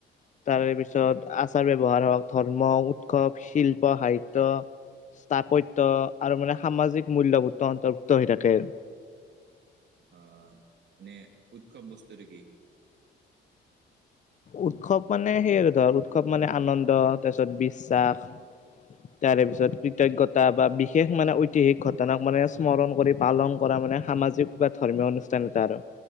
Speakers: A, on the left; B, on the right.
A: ত পিছত
B: অ
A: াৰ ব্যৱহাৰ হওক ধৰ্ম উৎসৱ শিল্প সাহিত্য স্থাপত্য আৰু মানে সামাজিক মূল্যবোধ অন্তৰ্ভুক্ত হৈ থাকে আৰু
B: আহ এনে উৎসৱ বস্তুটো কি।
A: উৎসৱ মানে সেই আৰু ধৰ উৎসৱ মানে আনন্দ তাৰপিছত বিশ্বাস।
B: অ',
A: তাৰে পিছত। কৃতজ্ঞতা বা বিশেষ মানে ঐতিহিক ঘটনাক মানে স্মৰণ কৰি পালন কৰা মানে সামাজিক বা ধৰ্মীয় অনুষ্ঠান। আৰু